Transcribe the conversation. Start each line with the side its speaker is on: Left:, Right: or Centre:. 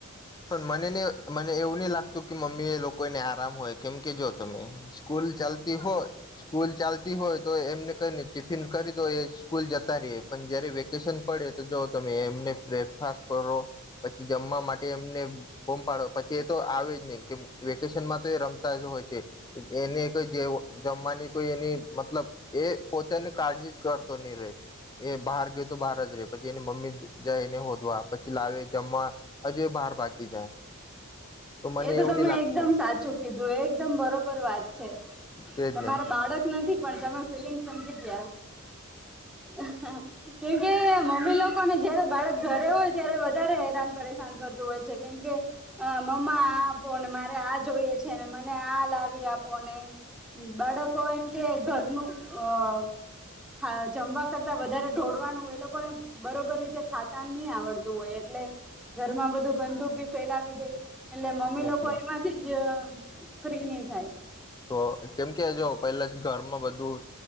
Left: પણ મને નને મને એવું નહી લાગ તુ કે મમ્મી એ લોકો ને આરામ હોય કેમ કે જો તમે સ્કૂલ ચાલતી હોય સ્કૂલ ચાલતી હોય તો એમને કઈને ટિફિન કરી દો એ સ્કૂલ જતા રેએ પન જયારે વેકે કેશન પડે તો જો તમે એમને બ્રેકફાસ્ટ કરો. પછી જમવા માટે એમને બોમ પાડો પછી એ તો આવે જ નહી કેમ વેકેશનમાં તો એ રમતા જ હોય છે. એને એક જે જમવાની કોઈ એની મતલબ એ પોતાની કાળજી જ કરતો ની રેય એ બહાર ગયો તો બહાર જ રે પછી એની મમ્મી જાય એને હોધવા પછી લાવે જમવા હજુ એ બહાર ભાગી જાય મને
Centre: એ તો
Left: એવું
Centre: તમે
Left: નહી લાગતું
Centre: એકદમ સાચું કીધું એકદમ બરોબર વાત છે.
Left: તેજ
Centre: તમારું
Left: ને
Centre: બાળક ન નથી પણ તમે ફિલિંગ સમજી ગયા <unintelligible> કેમ કે મમ્મી લોકોને જયારે બાળક ઘરે હોય ત્યારે વ હેરાન પરેશાન કરતું હોય છે. કેમ કે અ મમ્મા આ આપોને મારે આ જોઈએ છેને મને આ લાવી આપોને બાળકો એમ કે ઘરનું અ ખા જમવા કરતા વધારે ઢોળવાનું એ લોકોને બરોબર રીતે ખાતા ની આવડતું હોય એ એટલે ઘરમાં બધું ગંદુ બી ફેલાવી દે એટલે મમ્મી લોકો
Left: એજ ને
Centre: એમાંથી જ ફ્રી નહી થાય
Left: તો કેમ કે જો પેલા જ ઘરમાં બધું